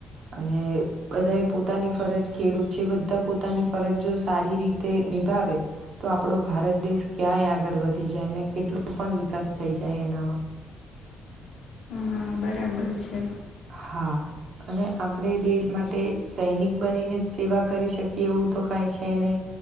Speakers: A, on the right (about 65°); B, on the left (about 70°).
A: અને બધા એ પોતાની ફરજ ખેડૂત છે બધા પોતાની ફરજ જો સારી રીતે નિભાવે તો આપણો ભારત દેશ ક્યાંય આગળ વધી જાય અને કેટલો પણ વિકાસ થઈ જાય એનામાં
B: હા બરાબર છે
A: હા અને આપણે દેશ માટે સૈનિક બનીને જ સેવા કરી શકીએ એવું તો કઈ છે નહીં